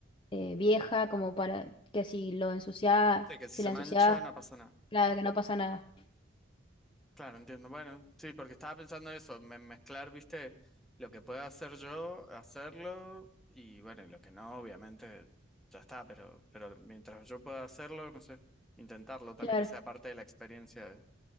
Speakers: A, on the left; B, in the centre.
A: eh, vieja como para que si lo ensuciaba,
B: Sí, que si
A: si
B: se
A: la
B: mancha
A: ensuciaba,
B: no pasa nada.
A: claro, que no pasa nada.
B: Claro, entiendo. Bueno, sí, porque estaba pensando eso, me- mezclar, viste, lo que pueda hacer yo, hacerlo, y bueno, y lo que no, obviamente, ya está, pero, pero mientras yo pueda hacerlo, no sé, intentarlo también
A: Claro,
B: que sea parte de la experiencia de,